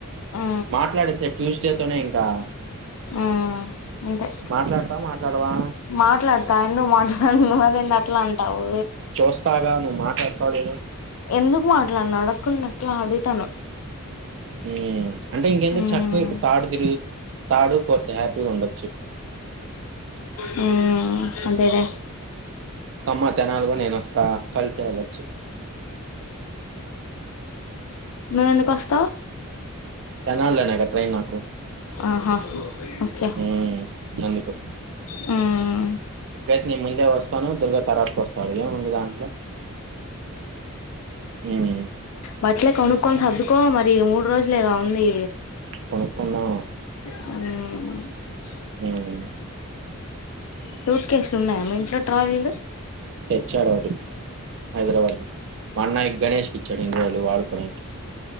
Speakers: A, on the left (about 75°); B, on the right (about 60°).
A: ఆ
B: మాట్లాడేసేయ్ ట్యూస్డే తోనే ఇం గా
A: ఆ అంతే
B: మాట్లాడతావా? మాట్లాడవా?
A: మాట్లాడతా ఎందుకు మాట్లాడును అది ఏంది అట్లా అంటావు.
B: చూస్తాగా నువ్వు మాట్లాడతావో లేదో
A: ఎందుకు మాట్లాడను అడకున్న ఎట్లా అడుగుతాను.
B: ఊ అంటే ఇంకెందుకు
A: మ్మ్
B: చక్కగా ఇప్పుడు థర్డు తిరుగు థర్డు ఫోర్త్ త్ హ్యాపీగుండు
A: హ్మ్ అదే లే
B: కమ్మ తెనాలిగా నేను వస్తా కలిసే వెళ్ళొచ్చు
A: నువ్వెందుకొస్తవ్
B: తెనాలిలోనేగా ట్రైన్ నాకు.
A: ఆహా ఒకే
B: హ్మ్. అందుకు.
A: హ్మ్
B: నీ ముందే వస్ వ‌స్తాను దుర్గ తర్వాత వస్తాడు ఏముంది దాంట్లో ల <inaudible> హ్మ్
A: బట్లే కొనుక్కోని సర్దుకో మరి మూడు రోజులేగా ఉంది
B: కొనుక్కుందాం
A: హ్మ్
B: హ్మ్
A: సూట్ కేేస్లు ఉన్నాయా మీ ఇంట్లో ట్రాలీలు
B: తెచ్చాడు ఒకటి హైదరాబాద్ మా అన్నాయ్ గణేష్ ఇచ్చాడు ఇన్ని రోజులు వాడుకొని